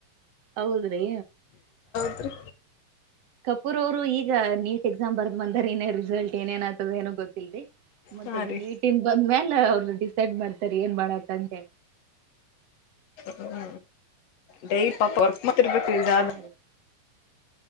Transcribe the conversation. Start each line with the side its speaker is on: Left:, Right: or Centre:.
Right: ಹೌದ್ರಿ
Left: ತ್ತರಿ
Right: ಕಪೂರ್ ಅವ್ರು ಈಗ ನೀಟ್ ಎಕ್ಸಾಮ್ ಬರ್ದ್ ಬಂದಾರ ಇನ್ನೇ ರಿಸಲ್ಟ್ ಏನೇನ ಆ್ತದ ಏನ ಗೊತ್ತಿಲ್ದ ಮತ್ತತ್
Left: ಹಾ
Right: ಅದು
Left: ರೀ
Right: ನೀಟಿಂದ ಬಂದ್ಮ್ಯಾ ಎಲ್ಲ ಅವರು ಡಿಸೈಡ್ ಮಾಡ್ತಾರೆ ಏನ್ ಮಾಡತ್ತಂತೆ
Left: ಹ್ಮ ಡೇ ಪಾಪ ವರ್ಕ್ ಮಾತಬೇಕಾದ
Right: ಹಾ ರೀ